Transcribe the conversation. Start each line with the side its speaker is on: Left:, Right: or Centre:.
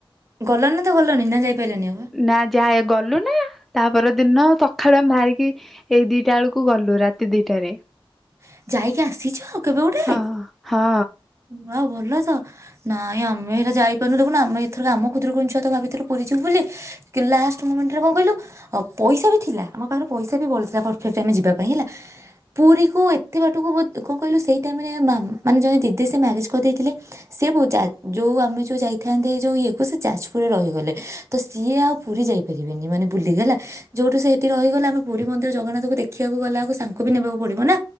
Right: ଗଲଣି ନା ତ ଗଲଣି ନା ଯାଇପାରିଲନି ଆଉ
Centre: ନା ଯାହା ଗଲୁ ନା ତାପର ଦିନ ସକାଳୁ ଆମେ ବାହାରିକି ଏଇ ଦିଟା ବେଳକୁ ଗଲୁ ରାତି ଦିଟାରେ।
Right: ହଁ। ଯାଇକି ଆସିଛ କେବେ ଗୋଟେ?
Centre: ହଁ ହଁ
Right: ୱା ଆଉ ଭଲ ତ ନାଇଁ ଆମେ ହେରା ଯାଇପାରୁନୁ ଦେଖୁ ଆମେ ଏଥର ଆମ ଖୁଦରକୁଣୀ ଛୁଆ ତ ଭାବିଥିଲୁ ପୁରୀ ଯିବୁ ବୋଲି ଲାଷ୍ଟ ମୁମେଣ୍ଟ ରେ କଣ କହିଲୁ ପଇସା ବି ଥିଲା ଆମ ପାଖରେ ପଇସା ବି ବଳିଥିଲା ପରଫେକ୍ଟ ଆମେ ଯିବା ପାଇଁ ହେଲା ପୁରୀକୁ ଏତେ ବାଟକୁ କଣ କହିଲୁ ସେଇ ଟାଇମ ମାନେ ଜଣେ ମାମା ଜଣେ ଦିଦି ଯି ସେ ମ୍ୟାରେଜ୍ କରିଦେଇଥିଲେ ସିଏ ବଉ ଯେଉଁ ଆମେ ଯେଉଁ ଯାଇଥାନ୍ତେ ଯେଉଁ ଇଏକୁ ସେ ଯାଜପୁରରେ ରହିଗଲେ ତ ସିଏ ଆଉ ପୁରୀ ଯାଇପାରିବେନି ମାନେ ବୁଲିକଗଲା ଯେଉଁଠୁ ସେ ସେଇଠି ରହିଗଲା ଆମେ ପୁରୀ ମନ୍ଦିର ଜଗନ୍ନାଥକୁ ଦେଖିବାକୁ ଗଲା ଆଉ ସାଙ୍କୁ ବି ନେବାକୁ ପଡ଼ିବ ନା